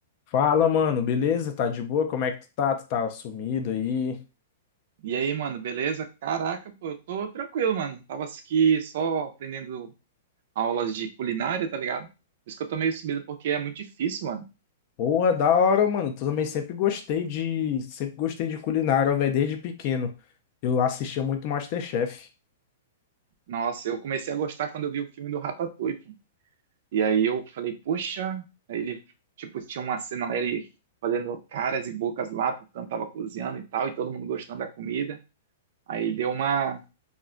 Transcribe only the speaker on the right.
E aí, mano, beleza? Caraca, pô, eu tô tranquilo, mano. Tava aqui só aprendendo aulas de culinária, tá ligado? Por isso que eu tô meio sumido, porque é muito difícil, mano.
Nossa, eu comecei a gostar quando eu vi o filme do Ratatouille, pô. E aí eu falei, poxa, aí ele, tipo, tinha uma cena lá, ele fazendo caras e bocas lá, porque eu tava cozinhando e tal, e todo mundo gostando da comida. Aí deu uma,